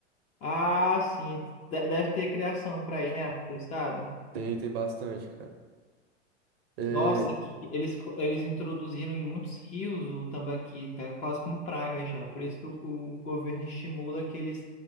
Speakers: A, on the left (about 20°); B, on the right (about 55°).
A: Ah, sim. De- Deve ter criação para aí, né, pro teu estado?
B: Tem, tem bastante, cara. É,
A: Nossa, que eles, co- eles introduziram em muitos rios o tambaqui, tá quase como praga já. Por isso que o, o governo estimula que eles